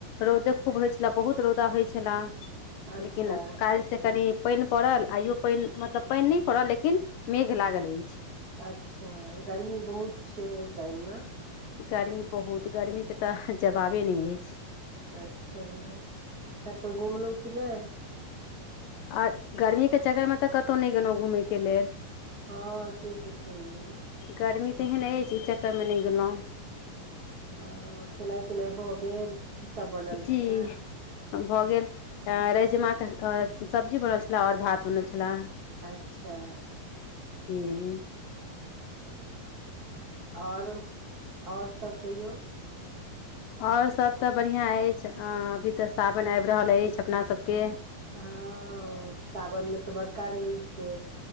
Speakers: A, on the left (about 75°); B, on the right (about 70°).
A: रौदे खूब होइ छला बहुत रौदा होइ छला
B: अच्छा
A: लेकिन काइल से कनी पइनि पड़ल आइयो पइनि मतलब पइन नहि पड़ल लेकिन मेघ लागल अइछ
B: अच्छा गर्मी बहुत छै ओइ टाइमम
A: गर्मी बहुत गर्मी के तऽ जबाबे नहि अइछ
B: अच्छा कतौ घुमलहुँ कि नहि
A: आ गर्मीके चक्करमे तऽ कतौ नहि गेलौ घूमयके लेल
B: हँ से तऽ छैहे
A: गर्मी तेहन अइछ ई चक्करमे नहि गेलौ
B: हँ खेनाइ पिनाइ भऽ गेल सब बनल
A: जी
B: छलै
A: भऽ गेल रैजमा के सब्जी बनल छला और भात बनल छला
B: अच्छा
A: जी
B: आओर आओर सभ कहियौ
A: आओर सभ तऽ बढ़िआँ अछि अभी तऽ सावन आबि रहल अछि अपनासभके
B: हँ साावन मे तऽ बड़का रहै छै